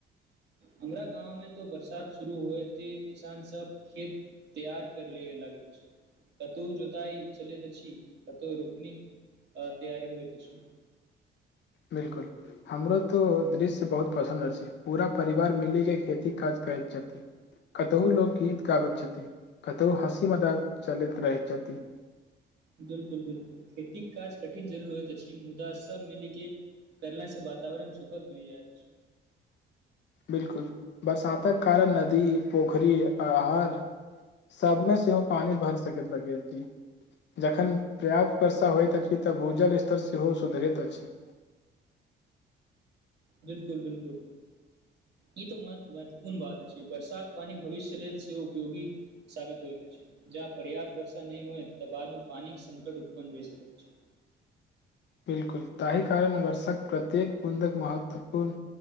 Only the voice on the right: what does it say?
हमरा गाँव में तो बरसात शुरू होएथी किसान सब खेत तियार कर ले लागेत अछि। कतहु जोताई चलैत अछि, कतौ रोपनी अ तैयारी होइत अछि।
बिल्कुल- बिल्कुल, खेतीक काज कठिन जरुर होइत अछि, मुदा सब मिली के करला से वातवरण सुखद बनि जायत अछि।
बिल्कुल- बिल्कुल। ई तो म महत्वपूर्ण बात अछि, वर्षाक पानी भविष्य लेल सेहो उपयोगी साबित होइत अछि। जहाॅ पर्याप्त वर्षा नहि होइ, त बादमे पानी संकट उत्पन्न भइ सकेत अछि।